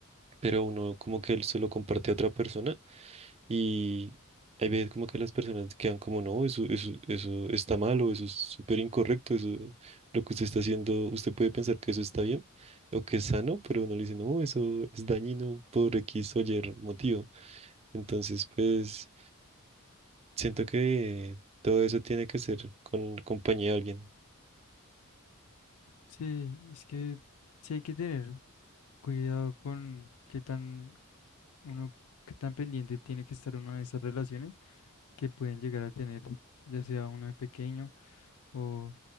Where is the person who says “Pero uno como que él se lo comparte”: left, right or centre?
Right